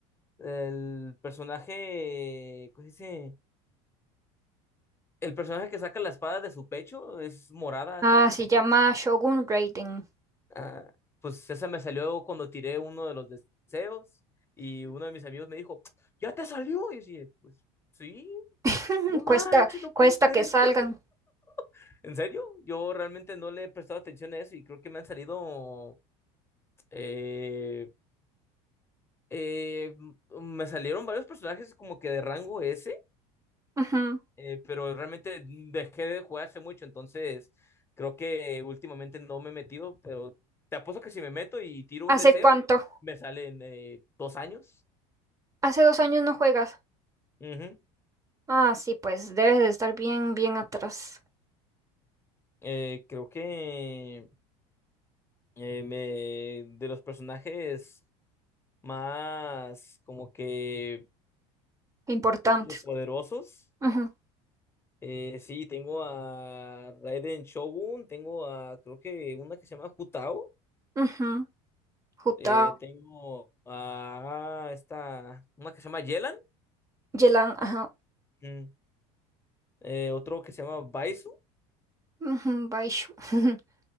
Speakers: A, on the left (about 15°); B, on the right (about 20°).
A: El personaje, ¿cómo se dice? El personaje que saca la espada de su pecho es morada,
B: Ah,
A: ¿esta cómo
B: se
A: se llama?
B: llama Shogun Raiden.
A: Ah, pues esa me salió cuando tiré uno de los deseos y uno de mis amigos me dijo, ¿ya te salió? Y yo dije, pues sí,
B: <laughs>
A: no manches,
B: Cuesta,
A: no
B: cuesta
A: puedo creer.
B: que salgan.
A: <laughs> ¿En serio? Yo realmente no le he prestado atención a eso y creo que me han salido... eh, eh, m- me salieron varios personajes como que de rango S
B: Ujú.
A: Eh, pero realmente dejé de jugar hace mucho, entonces creo que últimamente no me he metido, pero te apuesto que si me meto y tiro
B: ¿Hace
A: un deseo,
B: cuánto?
A: me salen eh, dos años.
B: Hace dos años no juegas.
A: Ujú.
B: Ah, sí, pues debes de estar bien, bien atrás.
A: Eh, creo que eh, me, de los personajes más como que,
B: Importantes.
A: creo que poderosos,
B: Ujú,
A: eh, sí, tengo a Raiden Shogun, tengo a creo que una que se llama Jutao
B: ujú. Jutao,
A: Eh, tengo a esta, Una que se llama Yelan.
B: Yelan, ajá.
A: mm, eh, otro que se llama Baisu
B: ujú, Baishu. <laughs>